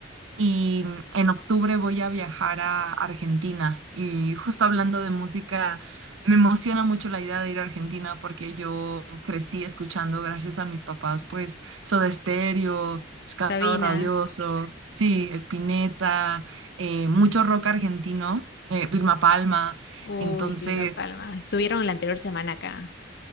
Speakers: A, on the right (about 70°); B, on the left (about 60°).
A: Y mm, en octubre voy a viajar a Argentina. Y justo hablando de música, me emociona mucho la idea de ir a Argentina porque yo crecí escuchando, gracias a mis papás, pues Soda Stereo, Pescado
B: Sabina,
A: Rabioso, sí, Spinetta, eh, mucho rock argentino, eh, Vilma Palma.
B: uy,
A: Entonces,
B: Vilma Palma, estuvieron la anterior semana acá.